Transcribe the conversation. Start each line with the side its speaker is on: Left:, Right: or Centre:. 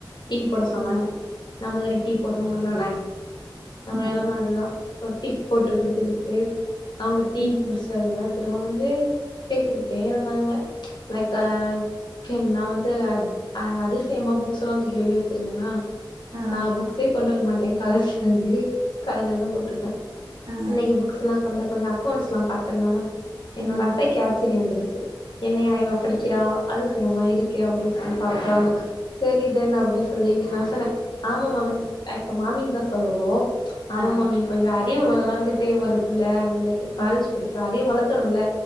Left: டீ போட சொன்னாங்க
Right: ம்
Left: நம்மதானே டீ போட்ணு வந்த ஒட்ன நம்ம
Right: ம்
Left: நெலம அதுதா சோ டீ போட்டு குடுத்துக்கிட்டு அவுங்க டீ
Right: ம்
Left: குடிச்சாங்க திரும்ப வந்து பேசிக்கிட்டே வந்தாங்க லைக் ஆ என் நா வந்து அத் அதிசயமா புக்ஸ் எல்லா தூக்கி வெளிய வெச்சிருந்தேனா
Right: ஆ
Left: நா புக்ஸே கொண்டு வர மாட்டே காலேஜ்லருந்து காலேஜ்லே தா போட்டிருப்பே
Right: ஆ
Left: இன்னைக்கு புக்ஸ்லா கொண்டு கொஞ்சோ அக்கௌண்ட்ஸ்லா பாத்த நானு என்னோட
Right: ம்
Left: அத்தைக்கு ஆச்சரியோ வந்துடுத்து என்னையா இவ படிக் கிறா அதுசயமா இருக்கே அப்டின்னு சொல்லி பாக்குறாங்கோ சேரித்தே அப்டினு சொல்லிக்கிட்டு நா சொன்னே ஆமா மாமி லைக் மாமின் தா சொல்லுவோ ஆமா
Right: ஆ
Left: மாமி கொஞ்சோ அறிவு வளந்துட்டே வருதுல்ல லைக் காலேஜ்
Right: ஆ
Left: படிக்கிறோ அறிவு வளத்துணு இல்ல